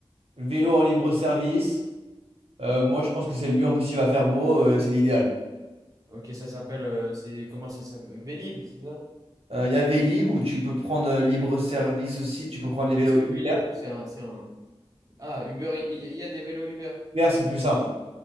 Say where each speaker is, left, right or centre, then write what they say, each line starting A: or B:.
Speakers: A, on the right; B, on the right.
A: Vélo en libre service. euh, moi, je pense que c'est le mieux. En plus, il va faire beau, euh, c'est l'idéal.
B: Ok, ça s'appelle. euh, c'est, comment ça s'appelle? Vélib, c'est ça?
A: Euh, Il y a Vélib où tu peux prendre euh, libre service aussi. Tu peux prendre les vélos
B: Parce que Vélib,
A: Uber.
B: c'est un, c'est un, Ah, Uber, il il y, a il y a des vélos Uber.
A: Uber, c'est plus simple.